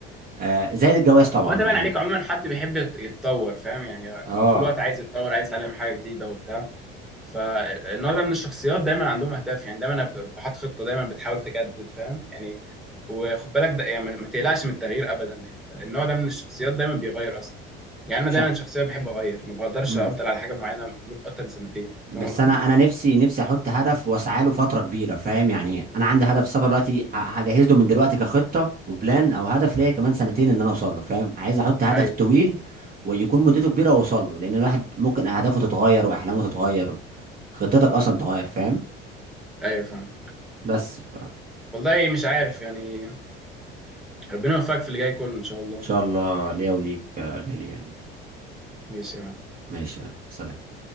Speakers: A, on the right; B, in the centre.
A: آه زائد الجواز طبعا
B: هو انت باين
A: يعني
B: عليك عموما حد بيحب يت- يتطور فاهم يعني
A: اه
B: طول الوقت عايز يتطور عايز يتعلم حاجه جديده وبتاع فالنوع ده من الشخصيات دايما عندهم اهداف يعني دايما ب- بحط خطه دايما بتحاول تجدد فاهم يعني وخد بالك ده يعني ما ما تقلقش من التغيير ابدا يعني انت النوع ده من الشخصيات دايما بيغير اصلا يعني انا
A: مش
B: دايما
A: ع-
B: شخصيه بحب اغير ما بقدرش
A: مم.
B: افضل على حاجه معينه مده اكتر من سنتين فاهم
A: بس
B: قصدي
A: انا انا نفسي نفسي احط هدف واسعى له فتره كبيره فاهم يعني انا عندي هدف سفر دلوقتي ه- هجهز له من دلوقتي كخطه وبلان او هدف ليا كمان سنتين ان انا اوصل له فاهم عايز احط هدف
B: ايوه
A: طويل ويكون مدته كبيره واوصل له لان الواحد ممكن اهدافه تتغير واحلامه تتغير خطتك اصلا تتغير فاهم
B: ايوه فاهم
A: بس ف... ان
B: والله مش عارف يعني ربنا يوفقك في اللي جاي كله ان شاء الله
A: شاء الله ليا وليك يا غالي يعني
B: ماشي يا معلم
A: ماشي يا سلام